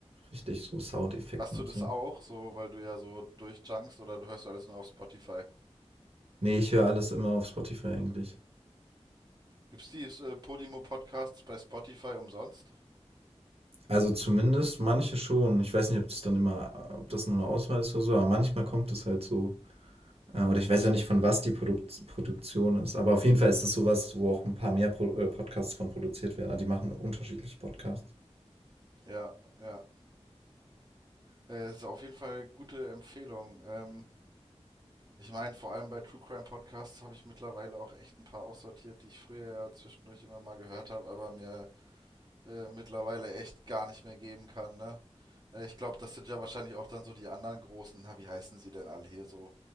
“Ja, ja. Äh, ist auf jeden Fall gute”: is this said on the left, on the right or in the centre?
Right